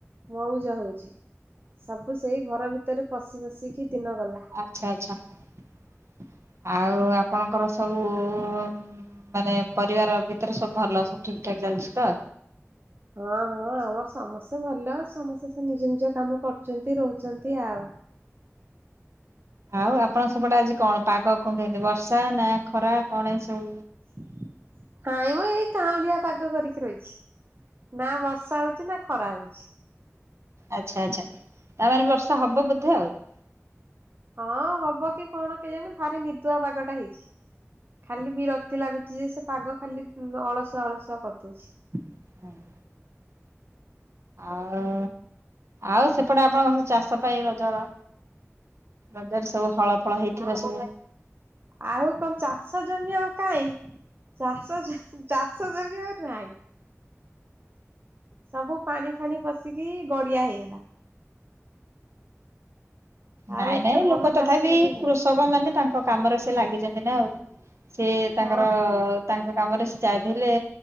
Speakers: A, on the right (about 45°); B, on the right (about 60°).
A: ମଉଜ ହଉଛି? ସବୁ ସେଇ ଘର ଭିତରେ ପଶି ପଶିକି ଦିନ ଗଲା।
B: ଆଚ୍ଛା, ଆଚ୍ଛା । ଆଉ, ଆପଣଙ୍କର ସବୁ, ଉ ମାନେ, ପରିବାର ଭିତରେ ସବୁ ଭଲ? ସବୁ ଠିକ୍ ଠାକ୍ ଚାଲିଛି ତ?
A: ହଁ, ହଁ। ଆମର ସମସ୍ତେ ଭଲ । ସମସ୍ତେ ସେ ନିଜ ନିଜ କାମ କରୁଛନ୍ତି, ରହୁଛନ୍ତି ଆଉ।
B: ଆଉ, ଆପଣ ସେପଟେ ଆଜି କଣ ପାଗ? କଣ କେମିତି? ବର୍ଷା ନା ଖରା, କଣ? ସବୁ
A: ହଁାଇ <unintelligible> ହଁ, ଏଇ କାଁଉଳିଆ ପାଗ କରିକି ରହିଛି । ନା ବର୍ଷା ହଉଛି, ନା ଖରା ହଉଛି।
B: ଆଚ୍ଛା, ଆଚ୍ଛା । ତା ମାନେ ବର୍ଷା ହେବ ବୋଧେ ଆଉ ।
A: ହଁ, ହବ କି କଣ, କେଜାଣି । ଭାରି ନିଦୁଆ ପାଗ ଟା ହେଇଛି। ଖାଲି ବିରକ୍ତି ଲାଗୁଚି, ଯେ ସେ ପାଗ ଖାଲି ଅଳସୁ ଅଳସୁଆ କରିଦଉଛି ।
B: ହଁ <inaudible> ଆଉ, ଆଉ ସେପଟେ ଆପଣଙ୍କ ସବୁ ଚାଷ ପାଇଁ, ରଜର ରଜରେ ସବୁ ହଳ ଫଳ ହେଇଥିବ ସବୁ।
A: ଆଉ କଣ? ଚାଷ ଜମି ଆଉ କାଇଁ? ଚାଷ, ଚାଷ ଜମି ଆଉ ନାହିଁ। ସବୁ ପାଣି ଫାଣି ପସିକି ଗଡିଆ ହେଇଗଲା।
B: ନାଇଁ,
A: ଆଉ ଏତେ
B: ନାଇଁ ।
A: ଭଲ
B: ଲୋକ, ତଥାପି
A: ଚାଷ ଜମି ନାହିଁ।
B: କୃଷକ ମାନେ, ତାଙ୍କ କାମରେ ସେ ଲାଗିଛନ୍ତି ନା ଆଉ। ସେ ତାଙ୍କର,
A: ହଁ ହଁ
B: ତାଙ୍କ ତାପରେ ସେ ଚାଭିହେଲେ